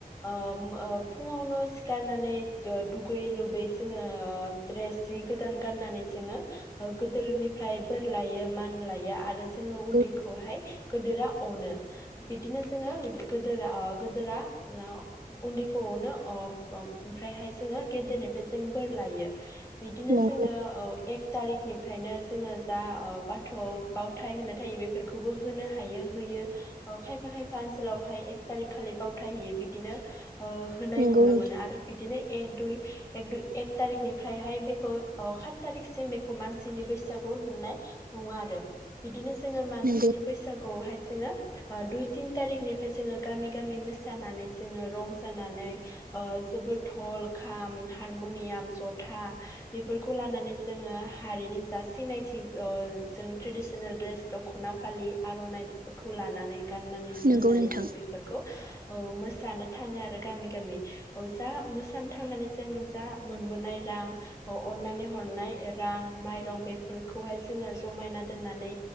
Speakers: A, on the left (about 20°); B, on the right (about 65°).
A: ओम ओ फुङावनो सिखारनानै द दुगै लोबै जोङो द्रेस जि गोदान गाननानै जोङो ओ गोदोरनिफ्राय बोर लायो मान लायो आरो जोङो उन्दैखौहाय
B: नोंगौ
A: गोदोरा अनो बिदिनो जोङो गोदोर आ गोदोरा <unintelligible> उन्दैखौ अनो अब ओम ओमफ्रायहाय जोङो गेदेरनिफ्राय जों बोर लायो। बिदिनो
B: नोंगौ
A: जोङो ओ एक थारिखनिफ्रायनो जोङो जा ओ बाथौआव बावथाय होनो थायो बेफोरखौबो होनो हायो होयो अ खायफा खायफा ओनसोलावहाय एक थारिख खालि बावथाय हैयो बिदिनो ओ होनाय
B: नोंगौ
A: नुनो मोनो आरो बिदिनो एक दुइ एक दुइ एक तारिखनि बेहाय बेखौ अ खात तारिखसिम मानसिनि बैसा सागु होननाय बुङो आरो बिदिनो जोङो मानसिनि
B: नोंगौ
A: बैसागुआवहाय जोङो ओ दुइ तिन थारिखनिफ्राय जोङो गामि गामि मोसानानै जोङो रं जानानै जोबोद थल खाम हारमनियाम जथ था बेफोरखौ लानानै जोङो हारिनि जा सिनायथि ओ जों ट्रेिदिसनेल ड्रेस दखना फालि आरनाइफोरखौ लानानै गाननानै जोमनानै
B: नोंगौ नोंथां
A: जों बेफोरखौ औ मोसानो थाङो आरो गामि गामि औ जा मोसानो थांनानै जों जा मोनबोनाय रां अन्नानै हरनाय रां माइरं बेफोरखौहाय जोङो जमायना दोननानै